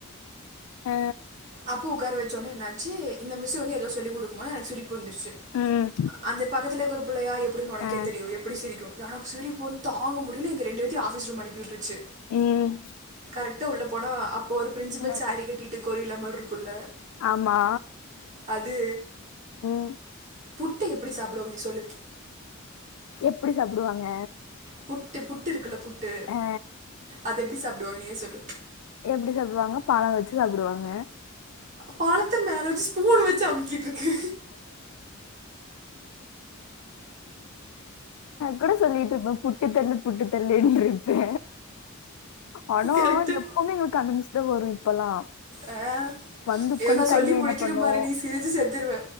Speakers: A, on the left; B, on the right.
A: அ
B: அப்போ உக்கார வச்சோன்னே என்னாச்சு இந்த மிஸ்ஸு வந்து ஏதோ சொல்லி குடுக் போது எனக்கு சிரிப்பு வந்துருச்சு
A: ம்
B: அந்த பக்கத்துல இருக்கற புள்ளயா எப்டின்னு ஒனக்கே
A: ஆ
B: தெரியு எப்டி சிரிக்கு எனக்கு சிரிப்பு வந்து தாங்க முடில எங்க ரெண்டு பேத்தயு ஆஃபீஸ் ரூம் அனுப்பி உட்டுர்ச்சு
A: ம்
B: த்து உள்ளே போனா அப்போ ஒரு பிரின்சிபல்
A: ஆ
B: சாரி கட்டிட்டு கொரில்லா மாரி இருக்குல்ல
A: ஆமா
B: அது
A: ம்
B: புட்டு எப்டி சாப்டுவாங்க நீ சொல்லு
A: எப்டி சாப்டுவாங்க
B: புட்டு புட்டு இருக்குல்ல புட்டு
A: ஆ
B: அது எப்டி சாப்டுவாங்க நீயே சொல்லு
A: எப்டி சாப்டுவாங்க பழ வச்சு சாப்டுவாங்க
B: பழத்த மேல வச்சு ஸ்பூன் வச்சு அமுக்கிட்டுர்க்கு
A: கூடு சொல்லிட்டு ருப்பே புட்டுத்தர்ல புட்டுத்தரலைன்ட்டு ஆனா
B: கரெக்டாக
A: எப்பமே எங்களுக்கு அந்த மிஸ்தா வரு இப்பல்லா
B: ஆ
A: வந்து உக்காந்து
B: ஏ நா சொல்லி
A: கைய
B: முடிக்கிற
A: என்ன பண்ணு
B: பாரு நீ சிரிச்சி செத்துருவே